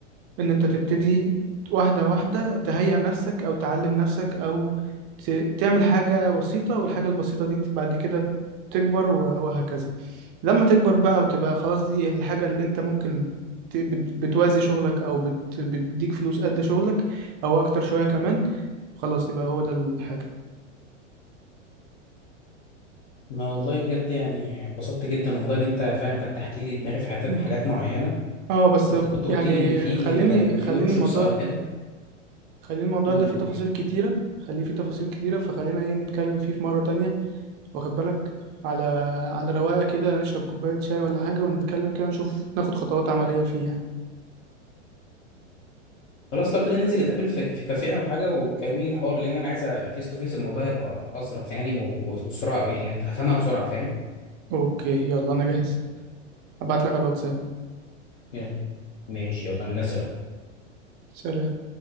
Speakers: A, on the right; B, on the left.
A: ان انت تبتدي واحدة واحدة تهيئ نفسك او تعلم نفسك او ت- تعمل حاجة بسيطة والحاجة البسيطة دي بعد كده تكبر و- وهكذا لما تكبر بقى وتبقى خلاص دي الحاجة اللي انت ممكن ت- بت- بتوازي شغلك او بت- بتديك فلوس قد شغلك او اكتر شوية كمان خلاص يبقى هو ده الحاجة
B: ما والله بجد يعني اتبسطت جدا والله ان انت فاهم فتحت لي دماغي في حاجات
A: مم.
B: حاجات معينه
A: اه بس
B: انت كنت قلت
A: يعني
B: لي ان في
A: خليني
B: في
A: خليني
B: ورك شوبس
A: الموضوع
B: او كده
A: خليني الموضوع
B: قول
A: ده فيه
B: قول
A: تفاصيل كتيرة خليه فيه تفاصيل كتيرة فخلينا ايه نتكلم فيه في مرة تانية واخد بالك على على رواقه كده نشرب كوبايه شاي ولا حاجه ونتكلم كده نشوف ناخد خطوات عمليه فيها
B: خلاص لو كده ننزل نتقابل في في كافيه او حاجه وتكلمي لي الحوار لان انا عايزه فيس تو فيس الموضوع هيبقى اظرف يعني و- و- وبسرعه أو يعني هفهمها بسرعه فاهم
A: اوكي يلا انا جاهز ابعت لك على الواتساب
B: يلا ماشي يلا انا نازل اهو
A: سلام